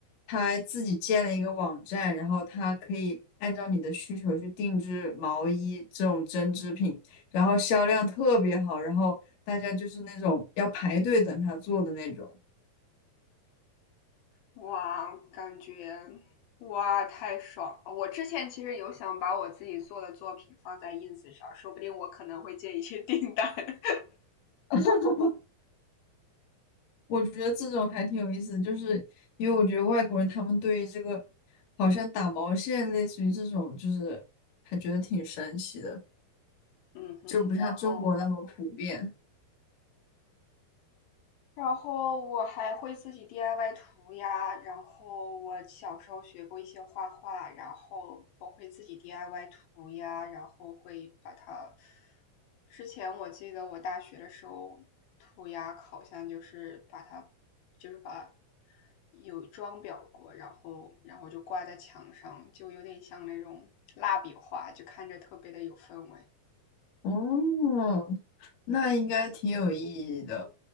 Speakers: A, on the left; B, on the left.
A: 她自己建了一个网站，然后她可以按照你的需求去定制毛衣这种针织品，然后销量特别好，然后大家就是那种要排队等她做的那种。
B: 哇，感觉哇太爽了！我之前其实有想把我自己做的作品放在 ins 上，说不定我可能会接一些订单。<laughs>
A: <laughs> 我觉得这种还挺有意思的就是因为我觉得外国人他们对于这个好像打毛线，类似于这种，就是还觉得挺神奇的，
B: 嗯哼，
A: 就不像中国那么普遍。
B: 然后然后我还会自己 DIY 涂鸦，然后我小时候学过一些画画，然后我会自己 DIY 涂鸦，然后会把它。之前我记得我大学的时候涂鸦好像就是把它，就是把有装裱过，然后然后就挂在墙上，就有点像那种蜡笔画，就看着特别的有氛围。
A: 哦，那应该挺有意义的。